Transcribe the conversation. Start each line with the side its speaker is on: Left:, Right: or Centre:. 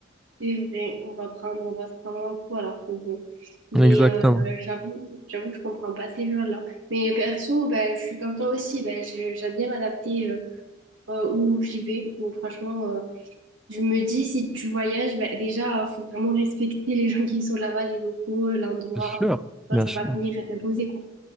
Right: C'est vrai, on va prendre, on va se prendre un coup alors que bon. Mais
Centre: Exactement.
Right: euh, j'avoue, j'avoue que je comprends pas ces gens-là. Mais perso, ben, je suis comme toi aussi, ben, je- j'aime bien m'adapter euh, euh, où j'y vais. Donc franchement, euh, je me dis, si tu voyages, ben, déjà, euh, faut vraiment respecter les <laughs> gens qui sont là-bas, les locaux, euh, l'endroit.
Centre: C'est sûr,
Right: Enfin,
Centre: bien
Right: ça
Centre: sûr,
Right: va pas venir t'imposer, quoi.